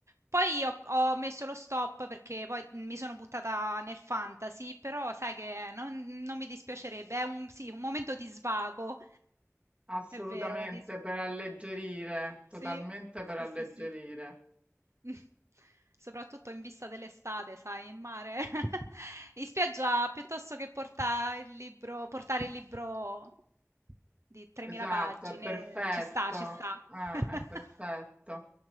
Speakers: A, on the right; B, on the right.
A: Poi ho ho messo lo stop perché poi mhmm, mi sono buttata nel fantasy, però sai che non, non mi dispiacerebbe, è un, sì, un momento di svago,
B: assolutamente
A: è vero, di s-
B: per alleggerire, totalmente
A: sì,
B: per
A: sì,
B: alleggerire.
A: sì, sì. <laughs> Soprattutto in vista dell'estate, sai, in mare, <laughs> in spiaggia piuttosto che porta il libro- portare il libro di 3000
B: Esatto,
A: pagine,
B: è perfetto,
A: ci sta, ci sta.
B: eh,
A: <laughs>
B: è perfetto.